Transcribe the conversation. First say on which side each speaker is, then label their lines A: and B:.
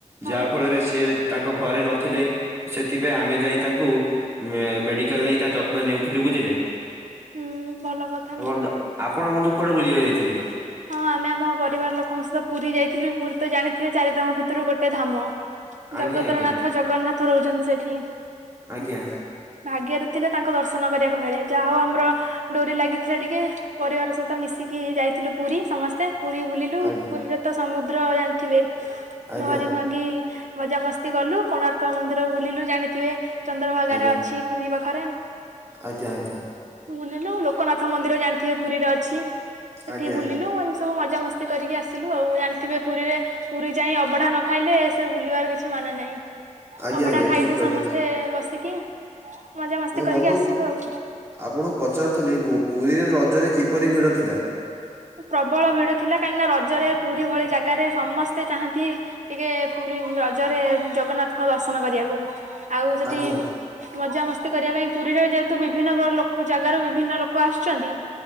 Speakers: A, on the right; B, on the right.
A: ହଁ
B: ଯା ସିଏ ତାଙ୍କ ଘରେ ନଥିଲେ ସେଥିପାଇଁ ଆମେ ଯାଇ ତାଙ୍କୁ ମେ-ମେଡିକାଲ୍ ନେଇ ତା ଯତ୍ନ ନେଉଥିଲି ବୁଝିଲେ।
A: ହୁଁ, ଭଲ କଥା
B: ତ
A: ନା।
B: ବନ୍ଧୁ ଆପଣ ବନ୍ଧୁ କୁଆଡେ ବୁଲିବାକୁ ଯାଇଥିଲେ?
A: ହଁ ଆମେ ଆମ ପରିବାର ଲୋକଙ୍କ ସହିତ ପୁରୀ ଯାଇଥିଲୁ। ପୁରୀ ତ ଜାଣିଥିବେ ଚାରି ଧାମ ଭିତରୁ ଗୋଟେ ଧାମ। ଜଗତର
B: ଆଜ୍ଞା ଆଜ୍ଞା
A: ନାଥ ଜଗନ୍ନାଥ ରହୁଛନ୍ତି ସେଠି।
B: ଆଜ୍ଞା
A: ଭାଗ୍ୟରେ ଥିଲେ ତାଙ୍କ ଦର୍ଶନ କରିବାକୁ ମିଳେ। ଯାହା ହଉ ଆମର ଡୋରି ଲାଗିଥିଲା ଟିକେ ପରିବାର ସହିତ ମିଶି ଶିକି ଯାଇଥିଲୁ ପୁରୀ ସମସ୍ତେ ପୁରୀ ବୁଲିଲୁ
B: ଆଜ୍ଞା
A: ପୁରୀରେ ତ ସମୁଦ୍ର ଜାଣିଥିବେ।
B: ଆଜ୍ଞା
A: ଲହରୀ ଭାଙ୍ଗି ମଜାମସ୍ତି କଲୁ। କୋଣାର୍କ ମନ୍ଦିର ବୁଲିଲୁ ଜାଣିଥିବେ। ଚନ୍ଦ୍ରଭାଗାରେ
B: ଆଜ୍ଞା
A: ଅଛି ପୁରୀ ପାଖରେ।
B: ଆଜ୍ଞା, ଆଜ୍ଞା।
A: ବୁଲିଲୁ। ଲୋକନାଥ ମନ୍ଦିର ଜାଣିଥିବେ ପୁରୀରେ ଅଛି।
B: ଆଜ୍ଞା
A: ଟି ବୁଲିଲୁ ଆମେ ସ ସବୁ ମଜାମସ୍ତି କରିକି ଆସିଲୁ ଆଉ। ଜାଣିଥିବେ ପୁରୀରେ ପୁରୀ ଯାଇ ଅବଢା ନ ଖାଇଲେ ସେ ବୁଲିବାର କିଛି ମା ନେ ନାଇଁ
B: ଆଜ୍ଞା
A: ଅଭଢା
B: ଆଜ୍ଞା
A: ଖାଇଲୁ
B: ଠିକ କହିଲେ
A: ସମସ୍ତେ ବସିକି। ମଜାମସ୍ତି
B: ନାଇଁ
A: କରିକି
B: ବନ୍ଧୁ
A: ଆସିଲୁ ଆଉ
B: ଆପଣ ପଚାରୁଥିଲି ପୁ-ପୁରୀରେ ରଜରେ କି କିପରି ଭିଡ଼ ଥିଲା?
A: ପ୍ରବଳ ଭିଡ ଥିଲା। କାହିଁକି ନା ରଜରେ ପୁରୀ ଭଳି ଜାଗାରେ ସମସ୍ତେ ଚାହାନ୍ତି ଟିକେ ପୁର ରୀ ରଜରେ ଜଗନ୍ନାଥଙ୍କ ଦର୍ଶନ କରିବାକୁ। ଆଉ ସେଠି
B: ଆଜ୍ଞା ଆଜ୍ଞା
A: ମଜାମସ୍ତି କରିବା ପାଇଁ ପୁରୀର ଯେହେତୁ ବିଭିନ୍ନ ପ୍ର ଲୋକ ଜାଗାରୁ ବିଭିନ୍ନ ଲୋକ ଆସୁଛନ୍ତି।